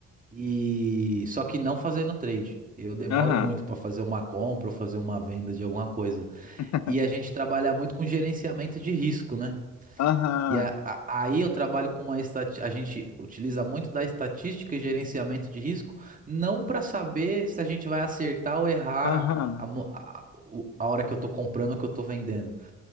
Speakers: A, on the right (about 25°); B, on the left (about 60°).
A: E só que não fazendo trade. Eu demoro
B: aham,
A: muito para fazer uma compra ou fazer uma venda de alguma coisa.
B: <laughs>
A: E a gente trabalha muito com gerenciamento de risco, né?
B: aham,
A: E a- a- aí eu trabalho com uma estatística, a gente utiliza muito da estatística e gerenciamento de risco, não para saber se a gente vai acertar ou errar
B: aham,
A: a, mo- a- o- a hora que eu tô comprando ou que eu tô vendendo,